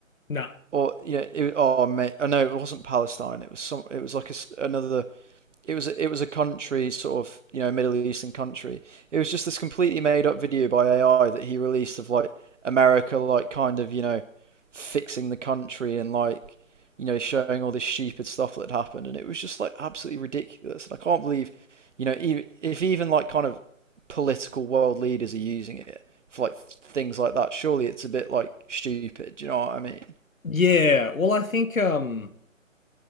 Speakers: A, on the left (about 85°); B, on the right (about 65°).
A: Nah,
B: or yeah, it, oh mate, oh no, it wasn't Palestine. It was some. It was like a s another it was it was a country sort of you know Middle Eastern country. It was just this completely made up video by AI that he released of like America like kind of you know fixing the country and like you know showing all this stupid stuff that happened and it was just like absolutely ridiculous and I can't believe you know even if even like kind of political world leaders are using it for like things like that surely it's a bit like stupid do you know what I mean
A: yeah. Well, I think um